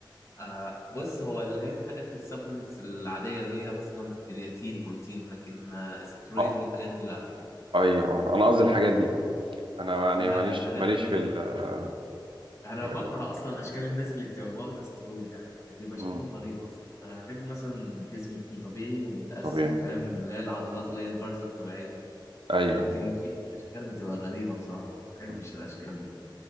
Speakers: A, on the left; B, on the right.
A: آه، بص هو اللي هي الحاجات السبلمنتس العادية اللي هي مثلا كرياتين بروتين لكن آه، استرويد
B: اه
A: والحاجات دي لا
B: أيوه أنا قصدي الحاجات دي أنا يعني
A: لا
B: ماليش
A: الحاجات
B: ماليش
A: دي
B: في الحاجات
A: انا
B: دي
A: بكره اصلا اشكال الناس اللي بتبقى واخده استرويد يعني بيبقى
B: مم.
A: شكلهم غريب اصلا انا بحب مثلا جسمي يكون طبيعي ومتقسم
B: طبيعي
A: فاهم اللي هي العضلات اللي هي البارزه الطبيعيه
B: أيوه
A: لكن في اشكال بتبقى غريبه بصراحه ما بحبش
B: مم.
A: الاشكال دي